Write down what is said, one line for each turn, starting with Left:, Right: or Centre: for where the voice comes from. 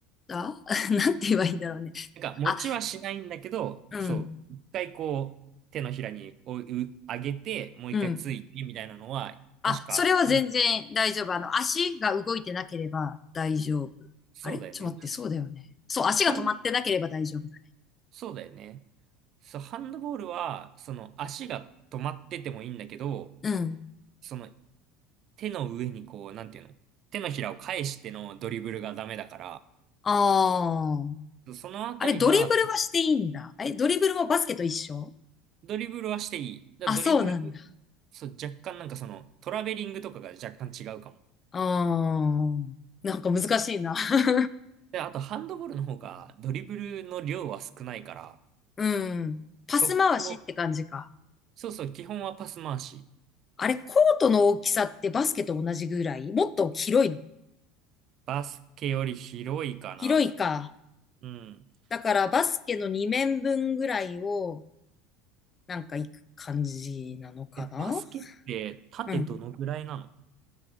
Left: た <laughs> なんて言えばいいんだろうね。
Right: なんか持ちはしないんだけど、
Left: あ、うん、
Right: そう、一回こう手のひらにおう上げてもう一回ついてみたいなのは確かいい。
Left: うん。あ、それは全然大丈夫。あの、足が動いてなければ大丈夫。
Right: そうだよね。
Left: あれちょっと待って、
Right: です。
Left: そうだよね。そう、足が止まってなければ大丈夫だ。
Right: ハン、そうだよね。そう、ハンドボールはその足が止まっててもいいんだけど、
Left: うん。
Right: その手の上にこう、なんていうの手のひらを返してのドリブルがダメだか
Left: ああ。
Right: ら、そのあたりが、
Left: あれ、ドリブルはしていいんだ。え、ドリブルもバスケと一緒
Right: ドリブルはしていい。だからドリブル、
Left: あ、そうなんだ。
Right: そう、若干なんかその、トラベリングとかが若干違うかも。
Left: ああ。なんか難しいな。<laughs>
Right: で、あとハンドボールの方がドリブルの量は少ないから、
Left: うん。パス回しって感じか。
Right: 速攻、そうそう、基本はパス回し。
Left: あれ、コートの大きさってバスケと同じぐらいもっと広いの
Right: バスケより広いかな。
Left: 広いか。
Right: うん。
Left: だからバスケの2面分ぐらいをなんか行く感じなのかな
Right: え、バスケって縦どのぐらいなの
Left: うん。